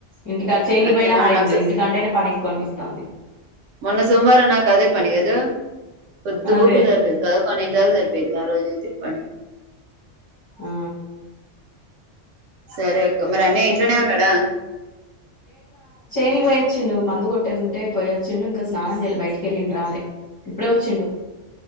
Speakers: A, on the left; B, on the right.
A: ఇంటికి చేనిపోయినా
B: అట్టే మొన్న
A: హాయిగా
B: నాకు
A: ఉండేది ఇంటికంటేనే పని ఎక్కువ అనిపిస్తుంది
B: మొన్న సోమవారం నా కదే పని అదు కొద్దు
A: అదే
B: గూకులు సరిపింది సదువుకొనింటే సరి <unintelligible>
A: ఆ
B: సరే మరి అన్న ఇంట్లోనే ఉన్నాడా
A: కి పోయచ్చిండు మందు కొట్టేదింటే పోయొచ్చిండు ఇంకా స్నానం చేయాలి బయటికి వెళ్ళిండు రాలే ఇప్పుడే వచ్చిండు